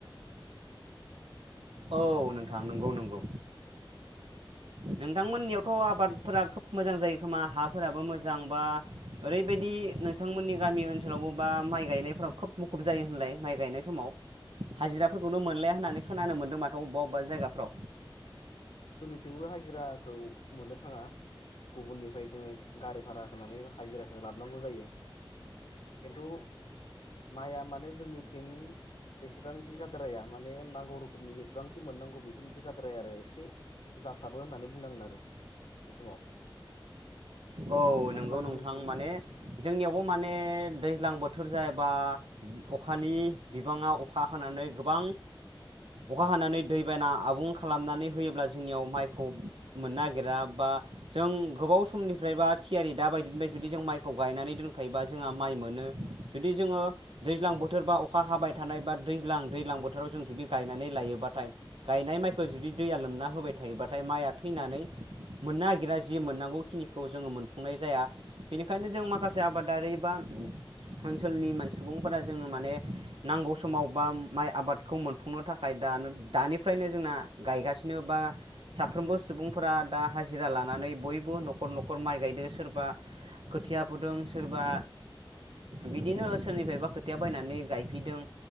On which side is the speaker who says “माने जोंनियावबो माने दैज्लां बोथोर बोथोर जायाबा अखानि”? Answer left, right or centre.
Right